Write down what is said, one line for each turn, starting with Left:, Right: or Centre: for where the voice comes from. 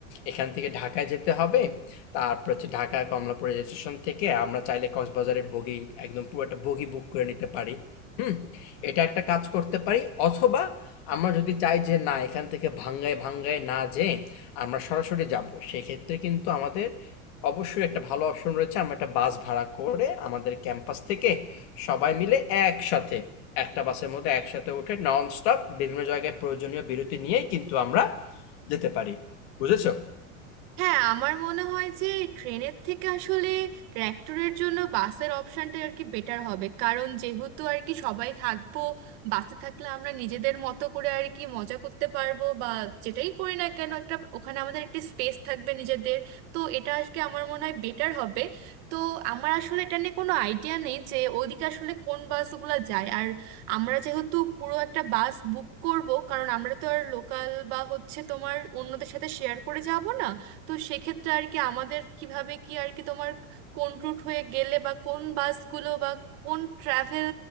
Left: এখান থেকে ঢাকায় যেতে হবে তারপর হচ্ছে ঢাকা কমলাপুর রেল স্টেশন থেকে আমরা চাইলে কক্সবাজারের বগি একদম পুরো একটা বগি বুক করে নিতে পারি হুম এটা একটা কাজ করতে পারি অথবা আমরা যদি চাই যে না এখান থেকে ভাঙ্গায় ভাঙ্গায় না যেয়ে আমরা সরাসরি যাব সেক্ষেত্রে কিন্তু আমাদের অবশ্যই একটা ভালো অপশন রয়েছে আমরা একটা বাস ভাড়া করে আমাদের ক্যাম্পাস থেকে সবাই মিলে একসাথে একটা বাসের মধ্যে একসাথে উঠে নন স্টপ বিভিন্ন জায়গায় প্রয়োজনীয় বিরতি নিয়েই কিন্তু আমরা যেতে পারি বুঝেছো
Right: হ্যাঁ আমার মনে হয় যে ট্রেনের থেকে আসলে ট্র্যাক্টরের জন্য বাসের অপশনটা আর কি বেটার হবে কারণ যেহেতু আর কি সবাই থাকবো বাসে থাকলে আমরা নিজেদের মতো করে আর কি মজা করতে পারবো বা যেটাই করি না কেন একটা ওখানে আমাদের একটা স্পেস থাকবে নিজেদের তো এটা আজকে আমার মনে হয় বেটার হবে তো আমার আসলে এটা নিয়ে কোনো আইডিয়া নেই যে ওদিকে আসলে কোন বাসগুলো যায় আর আমরা যেহেতু পুরো একটা বাস বুক করব কারণ আমরা তো আর লোকাল বা হচ্ছে তোমার অন্যদের সাথে শেয়ার করে যাব না তো সেক্ষেত্রে আর কি আমাদের কিভাবে কি আর কি তোমার কোন রুট হয়ে গেলে বা কোন বাসগুলো বা কোন ট্রাভেল